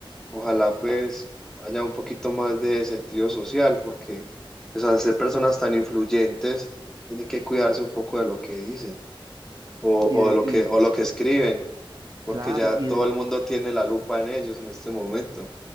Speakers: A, in the centre; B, on the right (about 45°).
A: ojalá pues haya un poquito más de sentido social, porque pues, al ser personas tan influyentes, tienen que cuidarse un poco de lo que dicen o,
B: Y
A: o
B: de,
A: lo
B: y
A: que, o lo que escriben. porque
B: claro,
A: ya
B: y,
A: todo el mundo tiene la lupa en ellos en este momento.